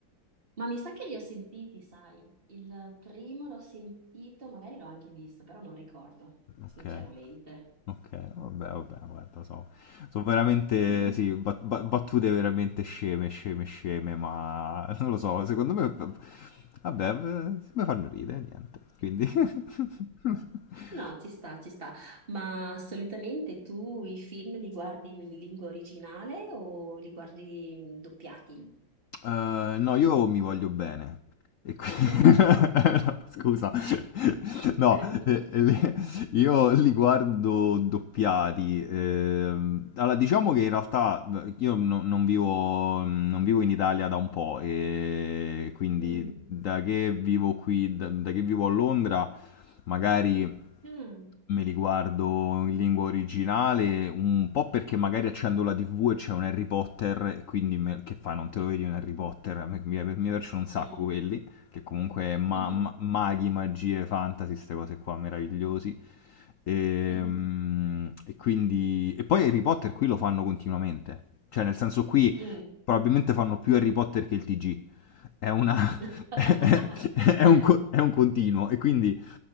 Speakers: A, on the right; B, on the left.
A: Ma mi sa che li ho sentiti, sai? Il primo l'ho sentito, magari l'ho anche visto, però non ricordo,
B: Ok,
A: sinceramente.
B: ok, vabbè, vabbè, guarda, so, sono veramente,
A: <laughs>
B: sì, bat- ba- battute veramente sceme, sceme, sceme, ma <laughs> non lo so, secondo me, vabbè, eh, mi fanno ridere, niente, quindi... <laughs>
A: No, ci sta, ci sta. Ma assolutamente tu i film li guardi in lingua originale o li guardi mm, doppiati?
B: Eh, no, io mi voglio bene. E qui...
A: <laughs>
B: <laughs> no, Scusa, no,
A: No.
B: eh, eh, le- io li guardo doppiati. ehm, Allora, diciamo che in realtà eh, io no- non vivo, non vivo in Italia da un po', e quindi
A: Mm.
B: da che vivo qui, da, da che vivo a Londra, magari
A: Mm.
B: Me li guardo in lingua originale, un po' perché magari accendo la TV e c'è un Harry Potter, e quindi me- che fa, non te lo vedi un Harry Potter? A me- Mi, mi piacciono un sacco
A: Mm.
B: quelli, che comunque ma-
A: Mhm.
B: ma- maghi, magie, fantasy, queste cose qua meravigliosi. Ehm,
A: Mhm.
B: E, quindi... E poi Harry Potter qui lo fanno continuamente, cioè nel senso qui
A: Mm.
B: probabilmente fanno più Harry Potter che il TG è una...
A: <laughs>
B: <laughs> è un, co- è un continuo e quindi